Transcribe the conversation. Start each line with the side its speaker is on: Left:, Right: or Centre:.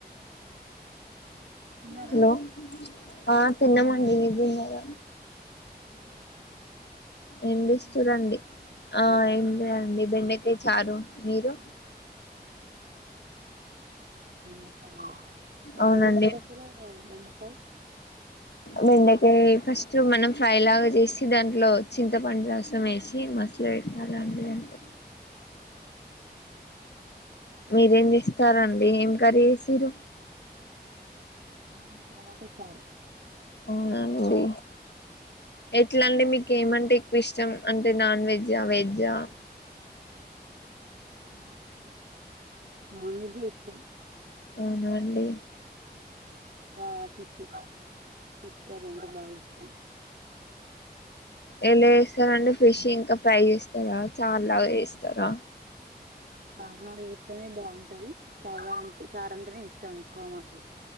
Right: తిన్నారా
Left: హలో ఆ తిన్నమండి మీరు తిన్నారా
Right: తిన్నాం ఏం
Left: ఎం
Right: కర్రీ
Left: చేస్తురండి
Right: మీది
Left: ఆ ఏం లేదండి బెండెకాయ చారు మీరు
Right: బెండకాయ ఎలా
Left: అవునండి
Right: చేస్తారు అసలు బెండకాయ
Left: బెండకాయ ఫస్ట్ మనం ఫ్రై లాగా చేసి దాంట్లో చింత పండు రసం వేసి మసల పెట్టాల అండి అంతే
Right: ఉ
Left: మీరేం చేస్తారండి ఏం కర్రీ చేసిరు
Right: మాది టమోటా చారు
Left: అవునండి ఎట్లా అండి మీకు ఏమంటే ఎక్కువ ఇష్టం అంటే నాన్ వెజా వెజ్జా
Right: నాకు నాన్ వెజ్ ఇష్టం
Left: అవునా అండి
Right: ఆ ఫిష్ ఫిష్ కర్రీ అంటే బాగా ఇష్టం
Left: ఎలా చేస్తారండి ఫిష్ ఇంకా ఫ్రై చేస్తారా చారు లాగా చేస్తారా
Right: చారు లాగానే చేస్తేనే బాగుంటది చార అంటేనే ఇష్టం ఎక్కువ మాకు